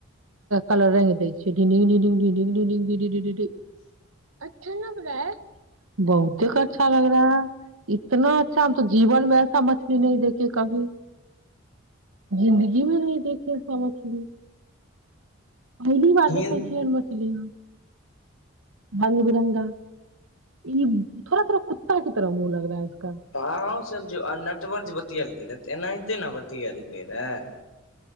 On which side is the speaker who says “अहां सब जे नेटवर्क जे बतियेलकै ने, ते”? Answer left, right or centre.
Left